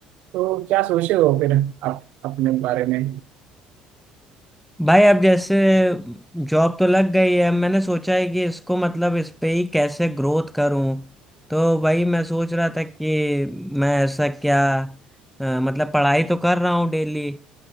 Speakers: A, on the right; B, in the centre.
A: तो क्या सोचे हो फिर आप अपने बारे में
B: भाई अब जैसे जॉब तो लग गई है मैंने सोचा है कि इसको मतलब इस पे ही कैसे ग्रोथ करूं तो भाई मैं सोच रहा था कि मैं ऐसा क्या अ, मतलब पढ़ाई तो कर रहा हूँ डेली